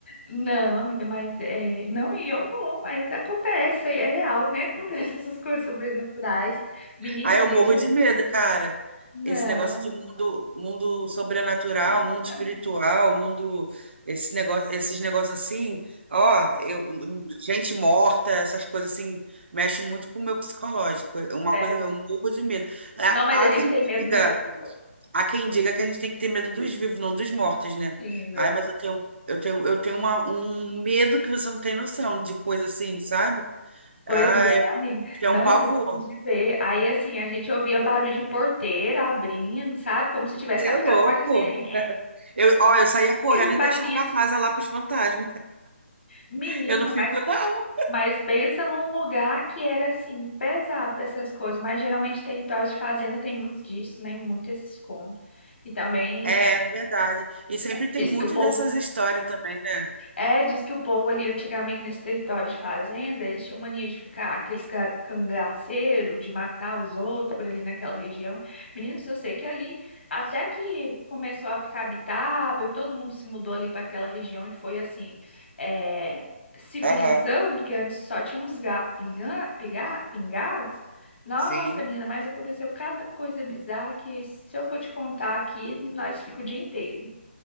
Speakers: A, on the left; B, on the right.
A: não, amiga, mas é, não e eu vou, mas acontece, aí é real, né? <laughs> Acontece essas coisas sobrenaturais. Menina,
B: Aí eu
A: deixa.
B: morro de medo, cara.
A: Não,
B: Esse negócio de mundo, mundo sobrenatural, mundo
A: <laughs>
B: espiritual, mundo, esse negócio, esses negócios assim, ó, eu, gente morta, essas coisas assim, mexe muito com o meu psicológico. É Uma
A: sério.
B: coisa, eu morro de medo. Há
A: Não, mas a gente
B: há quem
A: tem medo
B: diga
A: mesmo.
B: Há quem diga que a gente tem que ter medo dos vivos, não dos mortos, né?
A: Sim, verdade.
B: Ai, mas eu tenho, eu tenho, eu tenho uma- um medo que você não tem noção de coisa assim, sabe?
A: Pois
B: Ai,
A: é, amiga.
B: que é
A: Não,
B: um pavor.
A: isso é de ver. Aí, assim, a gente ouvia barulho de porteira abrindo, sabe? Como se tivesse,
B: Você
A: sabe
B: é louco.
A: aquelas portas assim, aí,
B: <laughs> Eu, ó, eu saía correndo
A: aqueles barulhinhos
B: e deixava a
A: assim.
B: casa lá pros fantasmas.
A: Menina,
B: Eu não fico,
A: mas,
B: não.
A: mas pensa num lugar que era, assim, pesado para essas coisas. Mas geralmente território de fazenda tem muito disso, né? Muito esse escondo. E também
B: É
A: é,
B: verdade. E sempre tem
A: diz
B: muito
A: que o povo
B: dessas histórias também, né?
A: É, diz que o povo ali antigamente nesse território de fazenda, eles tinham mania de ficar aqueles ca- cangaceiro, de matar os outros por ali naquela região. Meninos, eu sei que ali, até que começou a ficar habitável, todo mundo se mudou ali para aquela região e foi assim, é, civilizando,
B: Aham,
A: que antes só tinha uns gatos pinga, piga- pingados. Nossa,
B: sim.
A: menina, mas aconteceu cada coisa bizarra que se eu for te contar aqui, nós fica o dia inteiro.